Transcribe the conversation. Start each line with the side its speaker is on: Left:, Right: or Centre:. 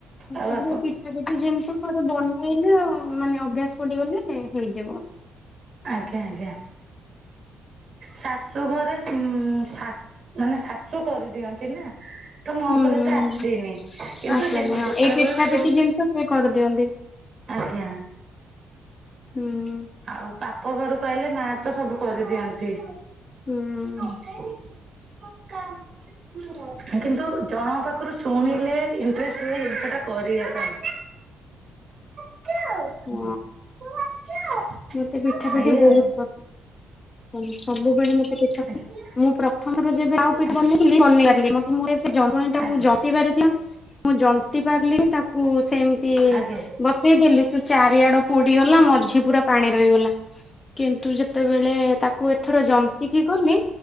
Right: ଆଉ
Left: ପିଠା
Right: ଆପଣ
Left: ପିଠା ଜିନିଷ ଥରେ ବନେଇଲେ ଆଉ ମାନେ ଅଭ୍ୟାସ ପଡିଗଲେ ହେ ହେଇଯିବ।
Right: ଆଜ୍ଞା। ଆଜ୍ଞା। ଶାଶୁ ଘରେ ଉ ଶାଶ ମାନେ ଶାଶୁ କରିଦିଅନ୍ତି। ନା ତ ମୋ
Left: ହୁଁ
Right: ଉପରେ
Left: ହୁଁ।
Right: ତ ଆସିନି। କିନ୍ତୁ
Left: ଆସେନି
Right: ଯେ ଯେତେବେଳେ
Left: ହଁ ଏଇ ପିଠା
Right: ବି
Left: ପିଠି
Right: ଯୋଉ
Left: ଜିନିଷ ସେ କରିଦିଅନ୍ତି।
Right: ଆଜ୍ଞା।
Left: ହମ୍
Right: ଆଉ ପାପ ଘର କୁ ଆହିଲେ। ମାଁ ତ ସବୁ କରିଦିଅନ୍ତି।
Left: ହୁଁ।
Right: ହଁ <unintelligible> କିନ୍ତୁ ଜଣଙ୍କ ପାଖରୁ ଶୁଣିଲେ ଇଣ୍ଟରେଷ୍ଟ ହୁଏ ସେଟା କରିବା ପାଇଁ। <unintelligible>
Left: ହଁ ମତେ ପିଠା ପିଠି
Right: ଏଇଆ
Left: ବହୁତ
Right: ଆଉ
Left: ପସନ୍ଦ। ସବୁବେଳେ ମତେ ପିଠା
Right: ଆଜ୍ଞା।
Left: ମୁଁ ପ୍ରଥମରୁ ଯେବେ ଆଉ ପିଠା
Right: ଆଜ୍ଞା
Left: ବେନେଇଲି ବନେଇ ପାରିଲି। ମତେ ମୋର ଏ ଜନ୍ତଣି ଟା
Right: ଆଜ୍ଞା। ଆଚ୍ଛା
Left: ଜନ୍ତି ବାରଥିଲା। ମୁଁ ଜନ୍ତି ପାରିଲିନି। ତାକୁ ସେମିତି
Right: ଆଜ୍ଞା।
Left: ବସେଇଦେଲି ସେ ଚାରିଆଡ ପୋଡିଗଲା। ମଝି ପୁରା ପାଣି ରହିଗଲା। କିନ୍ତୁ ଯେତେବେଳେ ତାକୁ ଏଥର ଜନ୍ତି କିି କଲି।